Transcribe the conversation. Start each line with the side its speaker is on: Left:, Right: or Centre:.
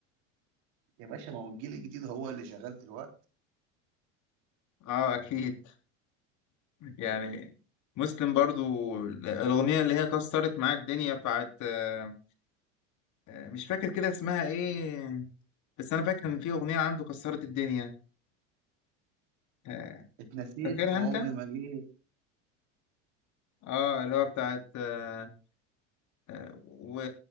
Right: يا باشا ما هو الجيل الجديد هو اللي شغال دلوقتي
Left: اه اكيد يعني مسلم برضو الاغنيه اللي هي كسرت معاه الدنيا بتاعت آه، آه، مش فاكر كده اسمها ايه بس انا فاكر ان في اغنيه عنده كسرت الدنيا آه،
Right: اتنسيت
Left: فاكرها
Right: وعمري
Left: انت
Right: ما جيت
Left: اه اللي هو بتاعت آه، آه، و...